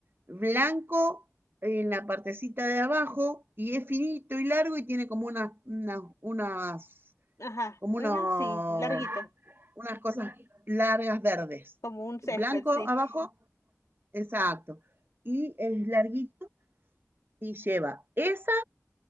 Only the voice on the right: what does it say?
blanco en la partecita de abajo y es finito y largo y tiene como unas, unas, unas
como
unos,
unas cosas largas verdes.
Blanco
abajo, exacto. Y es larguito y lleva esa.